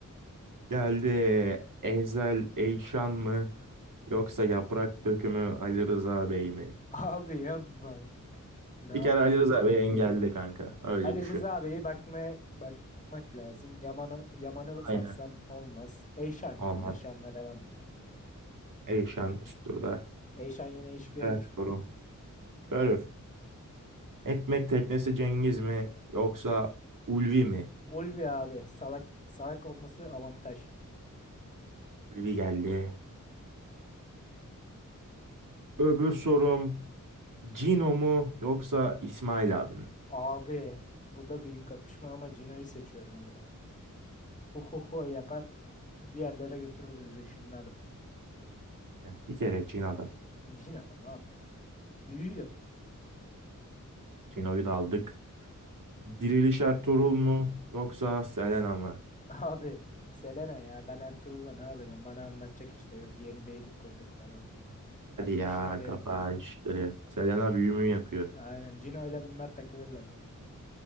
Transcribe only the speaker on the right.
Geldi Ezel Eyşan mı yoksa Yaprak Dökümü Ali Rıza Bey mi?
Bir kere Ali Rıza Bey engelli kanka. Öyle
düşün.
Aynen.
Aman.
Eyşan üst turda.
Diğer sorum. Görür. Ekmek teknesi Cengiz mi yoksa Ulvi mi?
Ulvi geldi. Öbür sorum Cino mu yoksa İsmail abi mi?
Yani Bir kere Cino'da.
Shino'yu da aldık. Diriliş Ertuğrul mu yoksa Selena mı?
Hadi
ya
kapa
işleri. Selena büyümü yapıyor.